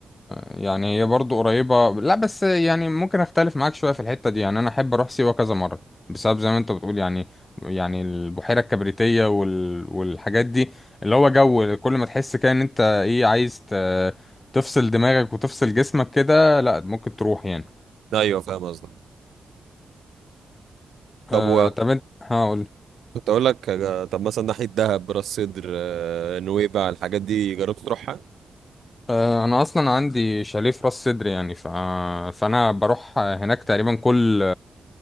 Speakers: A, on the left; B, on the right.
A: يعني هي برضه قريبة لا بس يعني ممكن اختلف معاك شوية في الحتة دي يعني انا احب اروح سيوة كذا مرة بسبب زي ما انت بتقول يعني يعني البحيرة الكبريتية وال... والحاجات دي اللي هو جو كل ما تحس كده ان انت ايه عايز ت... تفصل دماغك وتفصل جسمك كده لا ممكن تروح يعني
B: ايوه فاهم قصدك طب
A: آه
B: و...
A: طب انت هقول
B: كنت اقول لك آه، طب مثلا ناحيه دهب راس سدر آه، نويبع الحاجات دي جربت تروحها
A: آه انا اصلا عندي شاليه في راس سدر يعني ف... فانا بروح هناك تقريبا كل